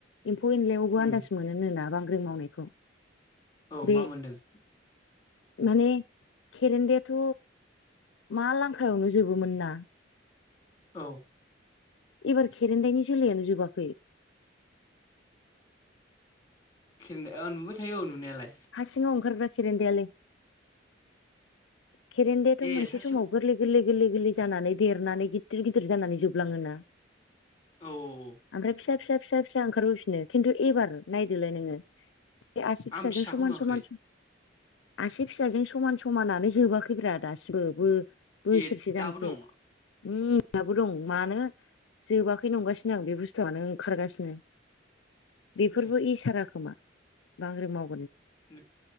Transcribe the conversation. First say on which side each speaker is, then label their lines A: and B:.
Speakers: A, on the left; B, on the left.
A: एम्फौ एनलायावबो
B: उम
A: आनन्दास मोनोनो ना बां मावनायखौ
B: औ
A: बे
B: मा मोनदों
A: माने खेरेनदायाथ मा लांखायावनो जोबोमोन ना?
B: औ
A: एबार खेरेनदायनि जोलैयानो जोबाखै
B: खेरेनदाय आं नुबाय थायो औ नुनायालाय।
A: हा सिङाव ओंखारग्रा खेरेनदायालै खेरेनदायाथ'
B: ए
A: मोनसे
B: सासे
A: समाव गोरलै गोरलै गोरलै गोरलै जानानै देरनानै गिदिर गिदिर जानानै जोबलाङोना
B: औ औ औ
A: आमफ्राय फिसा फिसा फिसा फिसा ओंखारबोफिनो खिन्थु एबार नायदोलाय नोङो बे आसि फिसाजों
B: आं फिसाखौ
A: समान
B: नुवाखै
A: समान स आसि फिसाजों समान समानानो जोबाखैब्रा दासिमबो बो बोसोरसे
B: ए
A: जानसै
B: दाबो दं
A: मि दाबो दं मानो जोबाखै नंगासिनो आं बे बुस्थुआनो ओंखारगासिनो बेफोरबो
B: ए
A: इसारा खोमा बांग्रिं माव
B: नो